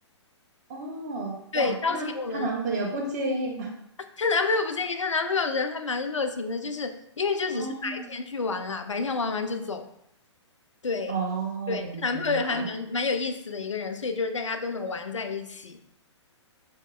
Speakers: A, on the right (about 35°); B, on the left (about 80°).
A: <laughs> 哦，
B: 对，
A: 哇，
B: 邀请我们，
A: 那她男朋友不介意吗？
B: 她男朋友不介意，她男朋友人还蛮热情的，就是因为就只是白天去玩啦，
A: 哦
B: 白天玩完就走。对，
A: 哦，
B: 对，
A: 明白明白。
B: 她男朋友还蛮蛮有意思的一个人，所以就是大家都能玩在一起。